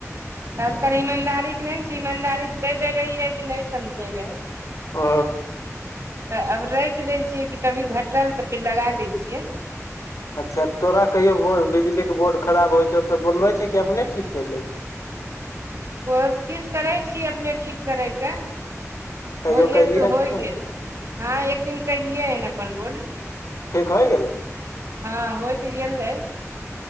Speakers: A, on the right (about 60°); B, on the left (about 75°).
A: खास कर ईमानदारी केँ नै ने छैय ईमानदारीसँ नै दैय रहियै तऽ नै समझै रहै <inaudible>
B: ओ
A: तऽ आब राखि दै छियै कि कभी घटल तऽ फिर लगा दै छियै
B: अच्छा तोरा कहियो बिजलीक के बोर्ड खराब होइ छौ तऽ बोलबै छी कि अपने ठीक करि ले
A: कोशिश करै छियै अपने ठीक करयके
B: कहियो
A: होइ गेल
B: कलिहन
A: तऽ
B: कि
A: होइ
B: नहि
A: गेल हँ एक दिन कलियै हन अपन बोर्ड
B: ठीक होइ गेलौ
A: हँ होयत गेलय